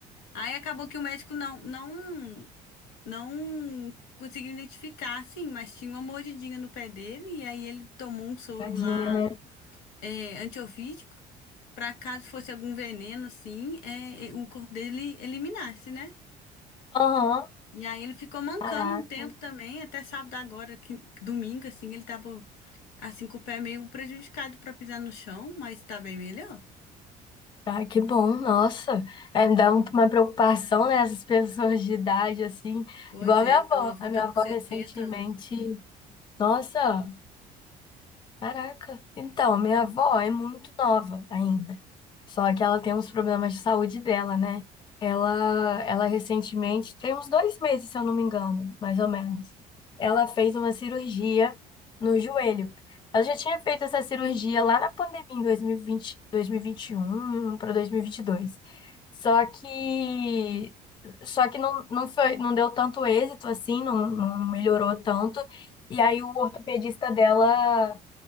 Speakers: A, on the left; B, on the left.
A: Aí acabou que o médico não, não, não conseguiu identificar, sim, mas tinha uma mordidinha no pé dele, e aí ele tomou um soro
B: Tadinha,
A: lá,
B: né?
A: é, antiofídico, pra caso fosse algum veneno, assim, é, é, o corpo dele eliminasse, né?
B: Aham.
A: E aí ele ficou mancando
B: Caraca.
A: um tempo também, até sábado agora, que, domingo, assim, ele tava, assim, com o pé meio prejudicado pra pisar no chão, mas tá bem melhor.
B: Ah, que bom, nossa. É, me dá um- uma preocupação, né? Essas <laughs> pessoas de idade, assim.
A: Pois
B: Igual a minha
A: é, e
B: avó.
A: meu avô
B: A minha
A: tá com
B: avó
A: setenta
B: recentemente.
A: anos.
B: Nossa, Caraca. Então, minha avó é muito nova ainda. Só que ela tem uns problemas de saúde dela, né? Ela, ela recentemente, tem uns dois meses, se eu não me engano, mais ou menos. Ela fez uma cirurgia no joelho. Ela já tinha feito essa cirurgia lá na pandemia, em dois dois mil mil e e vinte, dois mil e vinte e um para dois mil e e vinte e dois. Só que, só que não, não foi, não deu tanto êxito assim, não, não melhorou tanto. E aí o ortopedista dela